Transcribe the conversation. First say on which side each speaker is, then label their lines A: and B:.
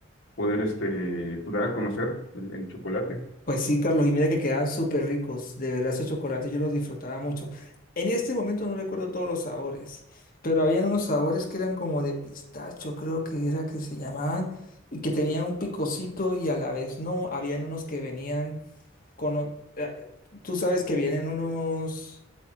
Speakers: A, on the left; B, on the left.
A: poder este, pues, dar a conocer el el chocolate.
B: Pues sí, Carlos, y mira que quedaban súper ricos. De verdad, esos chocolates yo los disfrutaba mucho. En este momento no recuerdo todos los sabores, pero habían unos sabores que eran como de pistacho, creo que era que se llamaban, y que tenían un picocito y a la vez no. Habían unos que venían con... o- eh, Tú sabes que vienen unos